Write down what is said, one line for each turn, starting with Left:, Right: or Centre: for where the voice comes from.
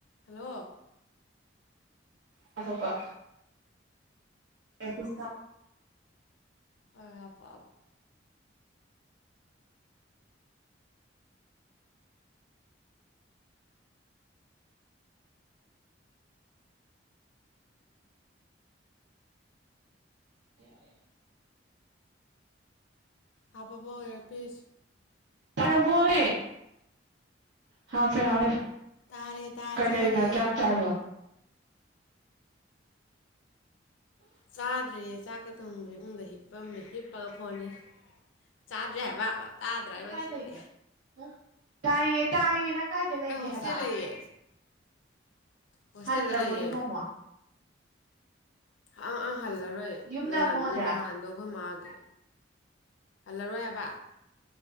Left: Hello
Right: ꯉꯥꯏꯈ‌ꯣꯀ‌ꯣ pass <unintelligible>
Left: ꯀꯔꯤ ꯍꯥꯢꯕ
Right: ꯀꯔ <unintelligible>
Left: ꯍꯥꯞꯄꯕꯣ ꯏꯌꯥꯔꯄꯤꯁ
Right: ꯇꯔꯕꯣꯋꯦ ꯍꯥꯞꯄꯦ ꯍꯥꯞꯄꯦ
Left: ꯇꯥꯔꯦ ꯇꯥꯖꯔꯦ
Right: ꯀꯩꯗꯧꯔꯤꯅꯣ ꯆꯥꯛ ꯆꯥꯔꯕꯣ
Left: ꯆꯥꯗ꯭ꯔꯤꯌꯦ ꯆꯥꯛꯀ ꯊꯣꯡꯗ꯭ꯔꯦ ꯐꯃꯨꯡꯗ ꯍꯤꯞꯄꯝꯃꯦ ꯍꯤꯞꯄꯒ ꯐꯣꯟ ꯌꯦꯡꯉꯝꯃꯤꯅꯦ ꯆꯥꯗ꯭ꯔꯦ ꯍꯥꯏꯕ
Right: ꯅꯪ
Left: ꯍꯥꯏꯕ
Right: ꯀꯥꯏ
Left: ꯁꯤꯁꯦ
Right: ꯂꯩꯒꯦ ꯅꯪ ꯇꯥꯏꯌꯦ ꯇꯥꯏꯌꯦ ꯅꯪ ꯀꯥꯏꯗ ꯂꯩꯒꯦ
Left: ꯑꯩ ꯍꯣꯁꯇꯦꯜ
Right: ꯍꯥꯏꯕ
Left: ꯂꯩꯌꯦ ꯍꯣꯁꯇꯦꯜꯗ
Right: ꯍꯟꯗ꯭ꯔꯕꯣ
Left: ꯂꯩꯌꯦ
Right: ꯌꯨꯝ ꯑꯃꯨꯛ
Left: ꯑꯪ ꯑꯪ ꯍꯜꯂꯔꯣꯏ
Right: ꯌꯨꯝꯗ
Left: ꯅ
Right: ꯑꯃꯨꯛ ꯍꯟꯗ꯭ꯔꯦ
Left: ꯅꯍꯥꯟꯗꯣ ꯑꯩꯈꯣꯏ ꯃꯥꯒꯤ ꯍꯜꯂꯔꯣꯏ ꯍꯥꯏꯕ